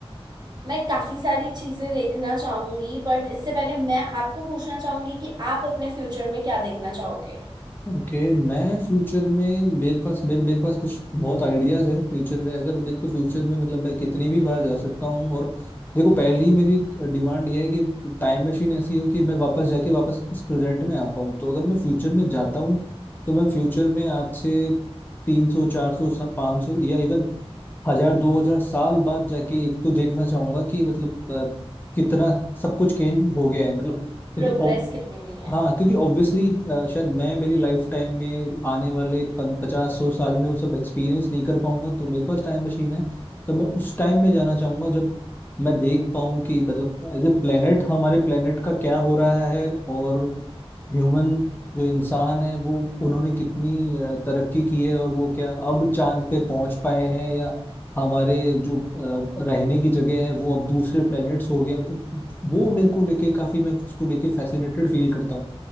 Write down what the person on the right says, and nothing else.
मैं काफी सारी चीजें देखना चाहूंगी बट इससे पहले मैं आपको पूछना चाहूंगी कि आप अपने फ्यूचर में क्या देखना चाहोगे
प्रोग्रेस
कितनी हुई है